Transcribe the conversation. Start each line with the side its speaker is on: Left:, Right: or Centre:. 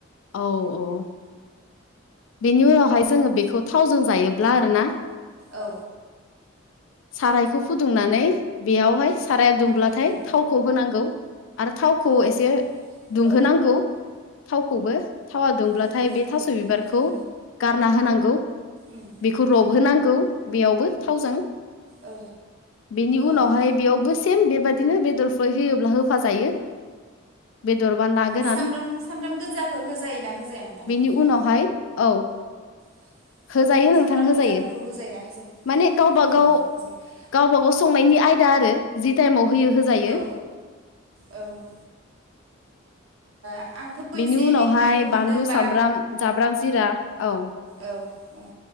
Left: औ औ। बेनि उनावहाय जोङो बेखौ थावजों जायोब्ला आरोना।
Right: औ।
Left: सारायखौ फुदुंनानै बेयावहाय साराया दुंब्लाथाय
Right: ओं
Left: थावखौ होनांगौ। आरो थावखौ
Right: औ
Left: एसे दुंहोनांगौ
Right: औ
Left: थावखौबो थावा दुंब्लाथाय
Right: दुंहोनांगौ
Left: बे थास बिबारखौ
Right: उम
Left: गारना होनांगौ।
Right: उम
Left: बेखौ रबहोनांगौ बेयावबो थावजों
Right: औ
Left: बेनि
Right: औ
Left: उनावहाय बेयावबो फिन बेबादिनो बेदरफोर होयोब्ला होफा जायो बे दरबा ना गोरान
Right: सामब्राम सामब्राम गोजाफोर होजायो ना होजाया नोंथां
Left: बेनि
Right: बेहाय
Left: उनावहाय औ
Right: <inaudible>
Left: होजायो नोंथां
Right: सामब्राम
Left: होजायो
Right: गोजाफोरखौ होजायोना होजाया
Left: माने गावबा
Right: औ
Left: गाव
Right: होजायो
Left: गावबा गाव संनायनि आयदा आरो जि टाइमाव होयो होजायो
Right: औ औ आ आंथ'
Left: बेनि
Right: एसे
Left: उनावहाय
Right: एनै नुनोबो मोनदों
Left: बानलु
Right: बा
Left: सामब्राम जाब्रां जिरा औ
Right: औ औ